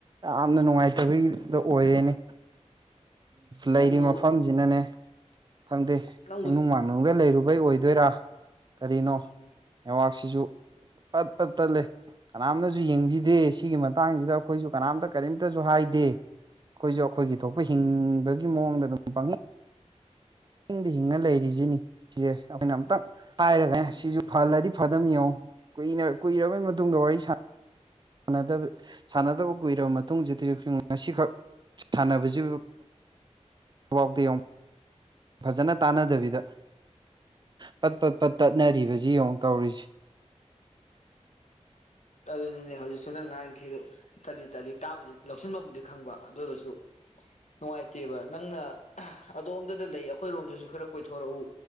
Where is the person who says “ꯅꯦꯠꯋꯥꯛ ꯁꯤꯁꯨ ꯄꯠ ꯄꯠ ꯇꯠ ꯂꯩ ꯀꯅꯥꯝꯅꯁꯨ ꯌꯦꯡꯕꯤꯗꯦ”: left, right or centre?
Right